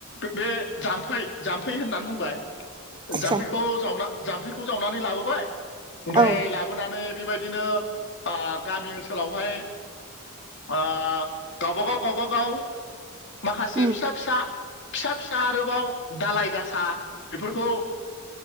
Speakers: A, on the left (about 55°); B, on the right (about 20°).
A: बे जाम्फै जाम्फै होननानै बुंबाय।
B: आदसा
A: जाम्फैखौ जावना जाम्फैखौ जावनानै लाबोबाय ओमफ्राय
B: औ
A: लाब बोनानै बेबायदिनो आ गामि ओनसोलावहाय आ गावबागाव गावबागाव माखासे
B: उम
A: फिसा फिसा फिसा फिसा आरोबाव दालाय दासा ओ बेफोरखौ